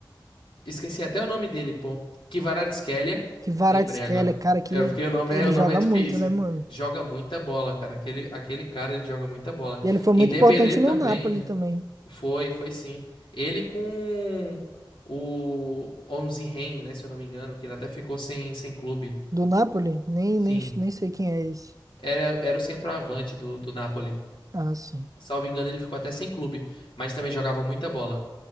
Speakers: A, on the left; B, on the right.
A: Esqueci até o nome dele, pô. Kvaratskhelia.
B: Que Kvaratskhelia,
A: Lembrei agora.
B: cara, que
A: É porque o nome
B: ele
A: é, o
B: joga
A: nome é difícil.
B: muito, né, mano?
A: Joga muita bola, cara. Aquele, aquele cara, ele joga muita bola.
B: E ele foi
A: E
B: muito
A: Dembélé
B: importante
A: também.
B: no Napoli
A: né?
B: também.
A: Foi, foi sim. Ele com o Onze Ren, né, se eu não me engano, que ele até ficou sem, sem clube.
B: Do Napoli? Nem,
A: Sim.
B: nem, nem sei quem é esse.
A: Era, era o centroavante do, do Napoli.
B: Ah, sim.
A: Salvo engano, ele ficou até sem clube, mas também jogava muita bola.